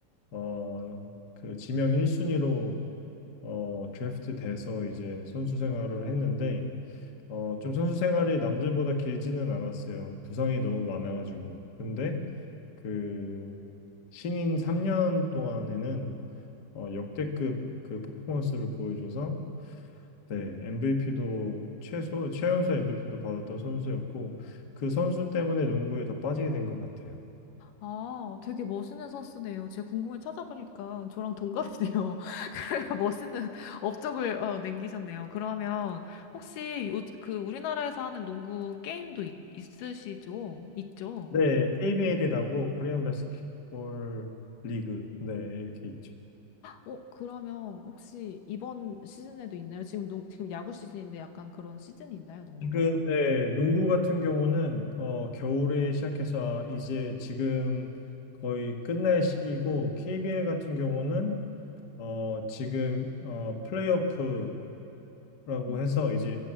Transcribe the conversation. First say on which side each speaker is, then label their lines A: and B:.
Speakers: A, on the left; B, on the left.
A: 어, 그 지명 1순위로 어, 드래프트 돼서 이제 선수 생활을 했는데 어, 좀 선수 생활이 남들보다 길지는 않았어요. 부상이 너무 많아가지고. 근데 그 신인 3년 동안에는 어, 역대급 그 퍼포먼스를 보여줘서 네, MVP도 최소 최연소 MVP도 받았던 선수였고 그 선수 때문에 농구에 더 빠지게 된 것 같아요.
B: 아, 되게 멋있는 선수네요. 제가 궁금해 찾아보니까 저랑 동갑이네요. <laughs> 그래서 멋있는 업적을 어, 남기셨네요. 그러면 혹시 요, 그 우리나라에서 하는 농구 게임도 있, 있으시죠? 있죠?
A: 네, KBL이라고 코리안 바스켓볼 리그 네 이렇게 있죠.
B: 어, 그러면 혹시 이번 시즌에도 있나요? 지금 농, 지금 야구 시즌인데 약간 그런 시즌이 있나요, 농구도?
A: 지금 네, 농구 같은 경우는 어, 겨울에 시작해서 이제 지금 거의 끝날 시기고 KBL 같은 경우는 어, 지금 어, 플레이오프 라고
B: 음.
A: 해서 이제